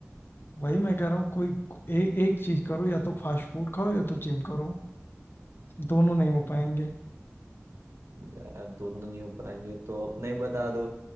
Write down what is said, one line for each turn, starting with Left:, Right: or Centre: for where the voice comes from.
Left: वही मैं कह रहा हूँ कोई ए, एक चीज करो या तो फास्ट फूड खाओ या तो जिम करो दोनों नहीं हो
Right: है
Left: पाएंगे
Right: यार दोनों नहीं हो पाएंगे तो अपना ही बता दो